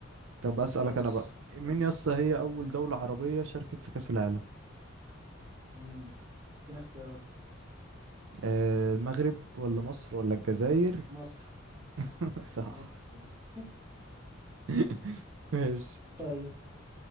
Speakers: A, on the right; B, on the right.
A: طب اسالك
B: ماشي
A: انا بقى
B: اسألني
A: مين يا اسطى هي اول
B: اسألني
A: دولة عربية شاركت في كأس العالم
B: امم ادينا اختيارات
A: آه المغرب ولا مصر ولا الجزائر
B: مصر
A: <laughs> صح
B: مصر مصر <laughs>
A: <laughs> ماشي
B: طيب